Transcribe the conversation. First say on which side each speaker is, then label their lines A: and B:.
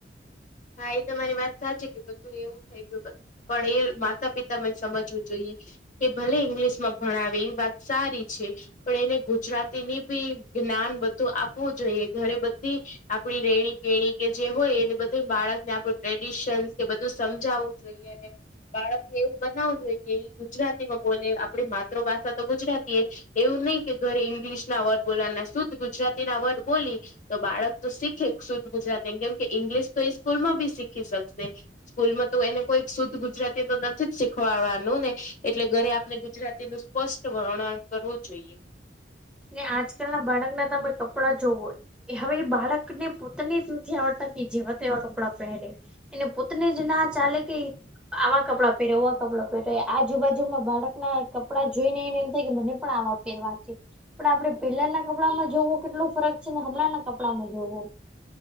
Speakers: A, on the left; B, in the centre.
A: હા, એ તો મારી વાત સાચી કે, બધું એવું. <unintelligible> પણ એ માતા પિતામાં જ સમજવું જોઈએ. કે ભલે ઇંગ્લિશમાં ભણાવે ઈ વાત સારી છે. પણ એને ગુજરાતી નું બી જ્ઞાન બધું આપવું જોઈએ, ઘરે બધી. આપણી રેણી કેણી કે જે હોય એને બધું બાળકને આપણું ટ્રેડિશન કે બધું સમજાવવું જોઈએ, અને બાળકને એવું બનાવવું જોઈએ. એ ગુજરાતીમાં બોલે આપડી માતૃભાષા તો ગુજરાતી એ એવું નહી કે ઘરે ઇંગ્લિશ ના વર્ડ બોલવાના શુદ્ધ ગુજરાતી ના વર્ડ બોલી તો બાળક તો શીખે શુદ્ધ ગુજરાતીને કેમ કે ઇંગ્લિશ તો સ્કૂલ માં બી શીખી શકશે. સ્કૂલમાં તો એને કોઈ શુદ્ધ ગુજરાતી તો નથી જ શીખવાડવાનું ને એટલે ઘરે આપને ગુજરાતી નું સ્પષ્ટ વર્ણન કરવું જોઈએ.
B: ને આજકાલ ના બાળક ના તમે કપડાં જોવો હોય એ હવે એ બાળકને પોતાને જ નથી આવડતા કે જેવા તેવા કપડાં પહેરે એને પોતને જ ના ચાલે કેઈ આવા કપડાં પહેર એવા કપડાં પહેરે આજુબાજુમાં બાળકના કપડાં જોઈ ને એને એમ થાય કે મને પણ આવા રવા છે પણ આપડે પેલાના કપડામાં જોવો કેટલો ફરક છે ને હમણાં ના કપડામાં જોવો